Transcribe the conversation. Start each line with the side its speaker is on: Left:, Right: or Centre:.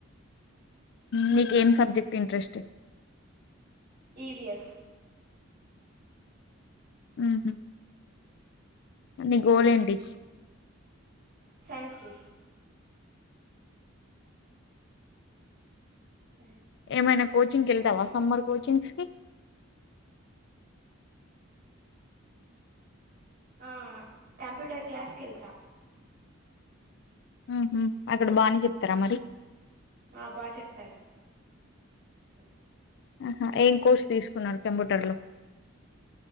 Left: మీకేం సబ్జెక్ట్ ఇంట్రెస్ట్
Right: ఈవిఎస్
Left: ఆహ అ నీ గోల్ ఏంటి
Right: సైన్స్ టీస్ సైంటిస్ట్
Left: ఏమైనా కోచింగ్కి వెళ్తావాస్ సమ్మర్ కోచింగ్స్ కి
Right: ఆ కంప్యూటర్ క్లాస్కిళ్తా
Left: ఉహ అక్కడ బాగానే చెప్తారా మరి
Right: ఆ బాగా చెప్తారు అ
Left: ఆహా ఏం కోర్స్ తీసుకున్నారు కంప్యూటర్లో